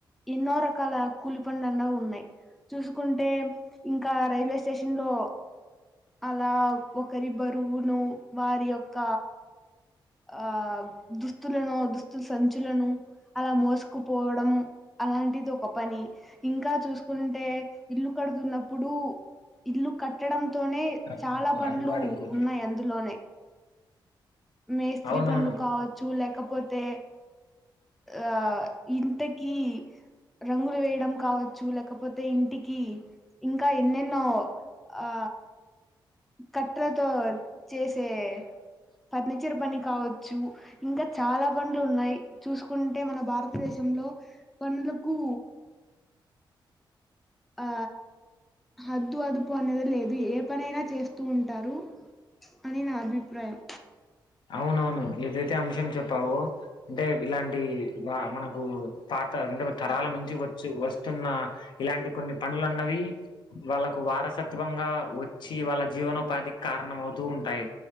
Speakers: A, in the centre; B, on the left (about 65°).
A: ఎన్నో రకాల కూలి పనులన్నవి ఉన్నయి. చూసుకుంటే ఇంకా రైల్వే స్టేషన్లో అలా ఒకరి బరువును వారి యొక్క ఆ దుస్తులను దుస్తుల సంచులను అలా మోసుకుపోవడం అలాంటిది ఒక పని. ఇంకా చూసుకుంటే ఇల్లు కడుతున్నప్పుడు ఇల్లు కట్టడంతోనే
B: కాపు
A: చాలా
B: తీసుకో
A: పన్లు
B: అది వాడు ఇంకొకటి
A: ఉన్నాయి అందులోనే. మేస్త్రి
B: అవునవును
A: పనులు కావచ్చు లేకపోతే ఆ ఇంతకి రంగులు వేయడం కావచ్చు లేకపోతే ఇంటికి ఇంకా ఎన్నెన్నో. ఆ కట్రతో చేసే ఫర్నిచర్ పని కావచ్చు. ఇంకా చాలా పనులు ఉన్నాయి చూసుకుంటే మన భారతదేశంలో పనులకు ఆ హద్దు అదుపు అనేది లేదు ఏ పనైనా చేస్తూ ఉంటారు. అని నా అభిప్రాయం
B: అవునవును ఏదైతే అంశం చెప్పావో అంటే ఇలాంటి మనకు పాత ఎన్నో తరాల నుంచి వచ్చు వస్తున్న ఇలాంటి కొన్ని పనులన్నవి వాళ్ళకు వారసత్వంగా వచ్చి వాళ్ళ జీవనోపాధికి కారణం అవుతూ ఉంటాయి.